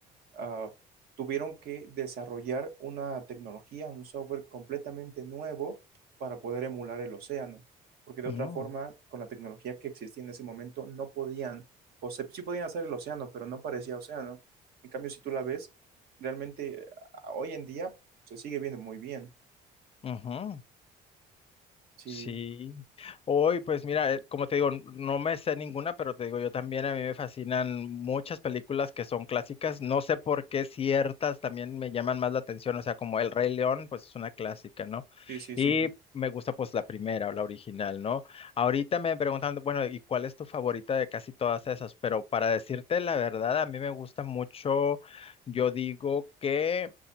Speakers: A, on the right; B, on the left.
A: ah, tuvieron que desarrollar una tecnología, un software completamente nuevo para poder emular el océano, porque de
B: ujú,
A: otra forma, con la tecnología que existía en ese momento, no podían, o se, sí podían hacer el océano, pero no parecía océano. En cambio, si tú la ves, realmente ah, hoy en día se sigue viendo muy bien.
B: ujú.
A: Sí,
B: Sí, hoy pues mira, eh, como te digo, n- no me sé ninguna, pero te digo, yo también a mí me fascinan muchas películas que son clásicas, no sé por qué ciertas también me llaman más la atención, o sea, como El Rey León, pues es una clásica, ¿no?
A: sí, sí,
B: Y
A: sí.
B: me gusta pues la primera o la original, ¿no? Ahorita me preguntan, bueno, ¿y cuál es tu favorita de casi todas esas? Pero para decirte la verdad, a mí me gusta mucho, yo digo que